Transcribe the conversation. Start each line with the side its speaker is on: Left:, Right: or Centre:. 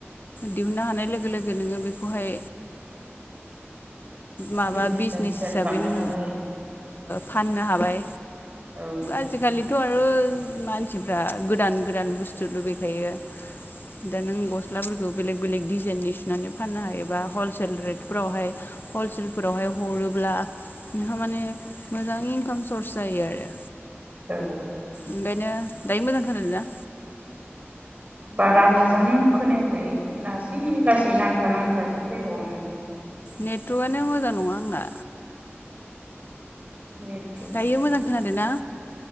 Left: दिहुननो हानाय लोगो लोगो नोङो बेखौहाय माबा
Right: बिजनेसा
Left: बिजनेस
Right: स्टार्ट
Left: हिसाबै
Right: खालामनो
Left: नों
Right: हाबाय
Left: फाननो हाबाय
Right: औ
Left: आजिखालिथ' आरो मानसिफ्रा गोदान गोदान बुस्थु लुबैखायो दा नों गसलाफोरखौ बेलेक बेलेक डिजाइननि सुनानै फाननो हायोबा हलसेल रेटफोरावहाय हलसेलफोरावहाय हरोब्ला नोंहा माने मोजां इनकाम सर्स जायो आरो
Right: औ
Left: ओंखायनो दायो मोजां खोनादो ना
Right: बारा मोजां खोनायाखै लासै लासै नांथा नांथासो फैबावदोंमोन
Left: नेटवार्कआनो मोजां नङा आंना
Right: उम <unintelligible>
Left: दायो मोजां खोनादों ना?